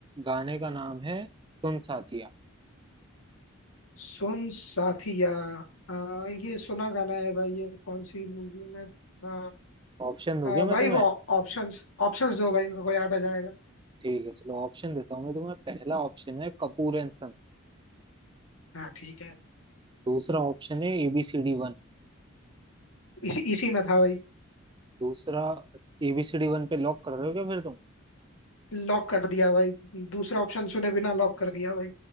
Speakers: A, on the right (about 20°); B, on the left (about 80°).
A: गाने का नाम है सुन साथिया
B: सुन साथिया आ, ये सुना गाना है भाई ये कौन सी मूवी में था?
A: ऑप्शन दोगे
B: आ,
A: मैं
B: भाई
A: तुम्हें
B: वो ऑप्शंस ऑप्शंस दो भाई मेरे को याद आ जाएगा
A: ठीक है चलो ऑप्शन देता हूँ मैं तुम्हें पहला ऑप्शन है कपूर एंड संग
B: हाँ ठीक है
A: दूसरा ऑप्शन है एबीसीडी वन
B: इसी इसी में था भाई
A: दूसरा एबीसीडी वन पे लॉक कर रहे हो क्या फिर तुम
B: लॉक कर दिया भाई दूसरा ऑप्शन सुने बिना लॉक कर दिया भाई